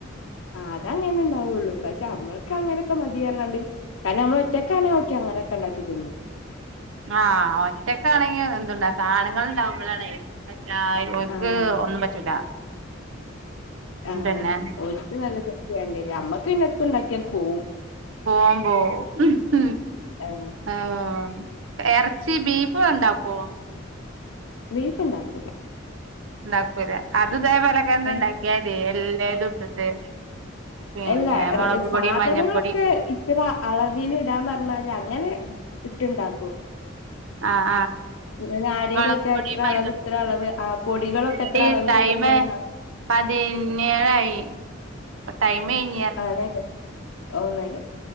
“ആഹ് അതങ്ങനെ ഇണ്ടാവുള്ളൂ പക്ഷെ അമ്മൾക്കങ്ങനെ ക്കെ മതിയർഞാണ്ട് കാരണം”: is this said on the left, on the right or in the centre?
Left